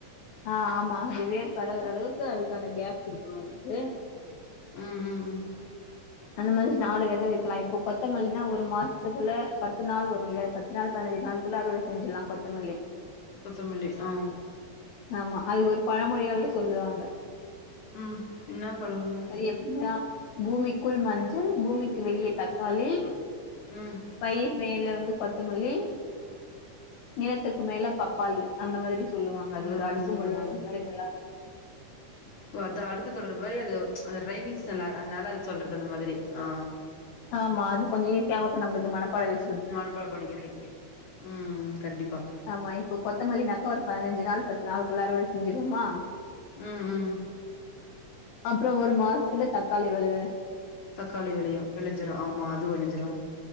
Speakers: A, on the left; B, on the left.
A: ஆ ஆமா அது வேர் பரவ்ர அளவுக்கு அதுக்கான கேப் கொடுக்கணு அதுக்கு
B: ம் ம் ம்
A: அந்த மாதிரி நாலு வித வைக்கலா இப்போ கொ கொத்தமல்லினா ஒரு மாசத்துக்குள்ள பத்து நாள் வரும் இல்லையா பத்து நாள் பதினஞ்சு நாள்க்குள்ள அறுவடை செஞ்சிட்லாம் கொத்தமல்லி
B: கொத்தமில்லி ஆ
A: ஆமா அதுக்கு ஒரு பழமொழியாவே சொல்லுவாங்க
B: உம் என்ன பழமொழி
A: அது பூமிக்குள் மஞ்சள் பூமிக்கு வெளியே தக்காளி
B: ம்
A: பயிர் மேல வந்து கொத்தமல்லி நிலத்துக் க்கு மேல பப்பாளி அந்த மாதிரி சொல்லுவாங்க
B: அந்த
A: அது ஒரு
B: மாரி
A: அடுக்கு
B: சொல்லுவாங்க
A: மொழி மாதிரி நல்லா இருக்கும்
B: இப்போ அதா அடுக்கு தொடர் மாதிரி அது அந்த ரைமிங்ஸ் நல்லா அதனால அது சொல்றது அந்த மாதிரி ஆ
A: ஆமா அது கொஞ்ச ஈஸியாவு இருக்கு நம்ளுக்கு மனப்பாட வச்சு
B: மனப்பாட பண்ணிக்கிதுக்கு உம் கண்டிப்பா
A: ஆமா இப்போ கொத்தமல்லினாக்கா ஒரு பதினஞ்சு நாள் பத்து நாளுக்குள்ளார அருவட செஞ்சிருவோமா
B: ம் ம்
A: அப்ற ஒரு மாசத்ல தக்காளி வெளவ
B: தக்காளி வெளியு விளைஞ்சிரு ஆமா அது விளைஞ்சிரு